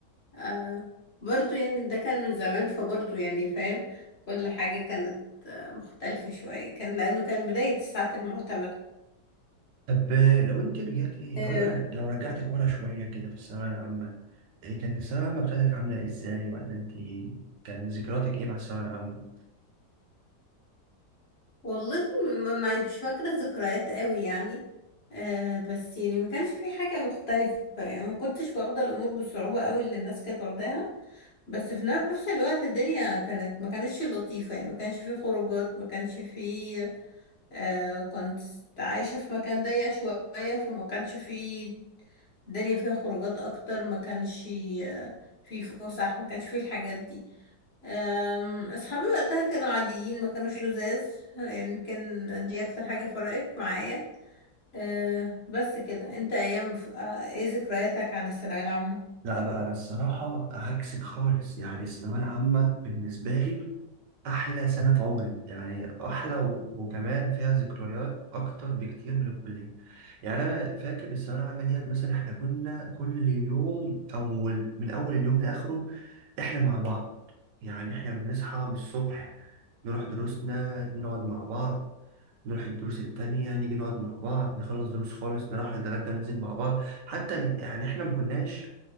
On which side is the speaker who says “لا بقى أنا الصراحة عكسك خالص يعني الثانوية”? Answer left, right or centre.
Right